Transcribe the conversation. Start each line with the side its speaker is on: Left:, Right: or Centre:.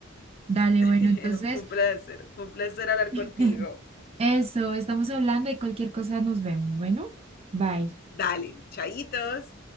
Right: Dale,
Left: <laughs>
Right: bueno, entonces,
Left: Fue un placer, fue un placer hablar
Right: <laughs>
Left: contigo.
Right: eso, estamos hablando y cualquier cosa nos vemos. Bueno, bye.
Left: Dale, chaitos.